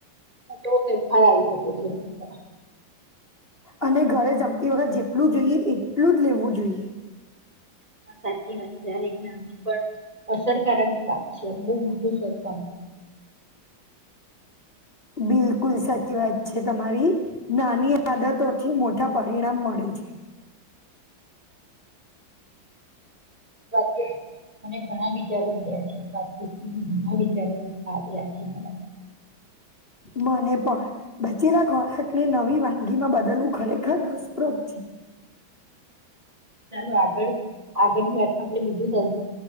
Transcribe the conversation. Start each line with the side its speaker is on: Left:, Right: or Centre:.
Right: તો ફર આવી શકે છે, એના
Left: અને ઘરે જમતી વખત જેટલું જોઈએ એટલું જ લેવું જોઈએ.
Right: હા, સાચી વાત છે આ એક નાની પણ અસરકારક વાત છે, અને બહુ મોટું સ્વરૂપ
Left: <inaudible> બિલકુલ સાચી વાત છે, તમારી નાની આદતોથી મોટા પરિણામ મળે <unintelligible> <unintelligible>
Right: <unintelligible> મને ઘણા વિચારો મળ્યા છે, વાતચીત ઘણા વિચારો આવ્યા છે મારા
Left: મને પણ બચેલા ખોરાકને નવી વાનગી માં બદલવું ખરેખર રસ્પ્રદ છે,
Right: ચાલો આગળ આગળની વાત આપણે બીજું